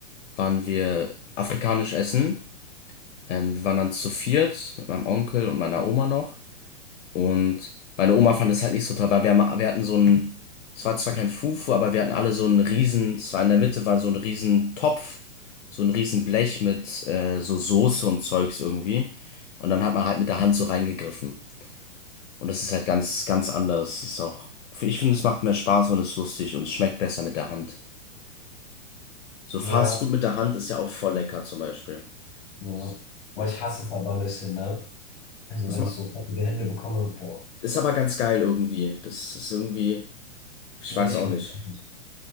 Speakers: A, on the left; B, on the left.
A: waren wir afrikanisch essen. Ähm, wir waren dann zu viert mit meinem Onkel und meiner Oma noch. Und meine Oma fand es halt nicht so toll, weil wir, haben, wir hatten so einen, es war zwar kein Fufu, aber wir hatten alle so einen riesen, es war in der Mitte war so ein riesen Topf, so ein riesen Blech mit äh, so Soße und Zeugs irgendwie. Und dann hat man halt mit der Hand so reingegriffen. Und das ist halt ganz, ganz anders. Das ist auch, ich finde, es macht mehr Spaß und ist lustig und es schmeckt besser mit der Hand. So
B: ja,
A: Fast Food mit der Hand ist ja auch voll lecker zum Beispiel.
B: ja.
A: Das
B: Boah,
A: macht,
B: ich hasse es aber ein bisschen, ne? Also
A: das
B: wenn
A: macht,
B: ich so fettige Hände bekomme, boah.
A: ist aber ganz geil irgendwie. Das ist irgendwie, ich
B: Nee,
A: weiß
B: ich
A: auch
B: finde
A: nicht.
B: es nicht.